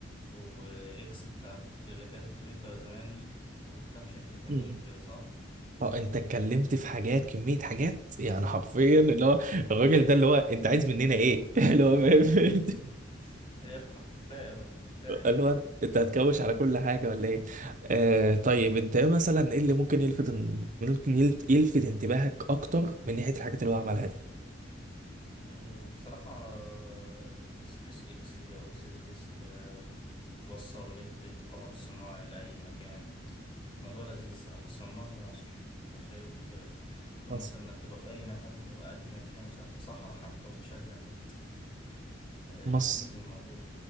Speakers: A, on the left; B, on the right.
A: واكس بتاعت اللي كانت تويتر زمان دي وكام شركة تانيين
B: م-م.
A: كده صح؟
B: اه انت اتكلمت في حاجات كمية حاجات يعني حرفيا اللي هو
A: م-
B: الراجل ده اللي هو انت عايز مننا ايه <laughs>
A: اه
B: اللي هو
A: حقيقي
B: فاهم
A: <laughs> ارحم كفاية بقى كفاية
B: <laughs> اللي هو انت هتكوش على كل حاجة ولا ايه آه طيب انت ايه مثلا ايه اللي ممكن يلفت ممكن يلت- يلفت انتباهك اكتر من ناحية الحاجات اللي هو عملها دي
A: أه، بصراحة أه، سبيس اكس دي او اكس سبيس اللي هي توصل نت بالقمر الصناعي لأي مكان موضوع لذيذ الصراحة بس ممنوع في مصر انت شايف آه، كون
B: مصر
A: مثلا انك تبقى في اي مكان في اي مكان مثلا في صحراء حتى وتشغل نت آه،
B: مصر
A: لذيذ الموضوع